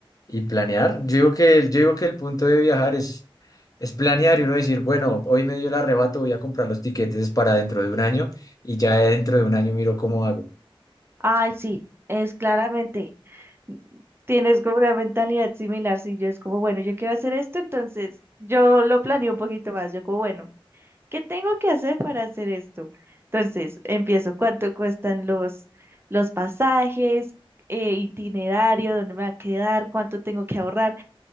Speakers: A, on the left; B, on the right.
A: y planear. Yo digo que, el- yo digo que el punto de viajar es, es planear y uno decir, bueno, hoy me dio el arrebato, voy a comprar los tiquetes para dentro de un año y ya dentro de un año miro cómo hago.
B: Ay, sí, es claramente, mm, tienes como una mentalidad similar, Sí, yo es como, bueno, yo quiero hacer esto, entonces yo lo planeo un poquito más, yo como, bueno, ¿qué tengo que hacer para hacer esto? Entonces empiezo, ¿cuánto cuestan los, los pasajes, eh, itinerario, dónde me va a quedar, cuánto tengo que ahorrar,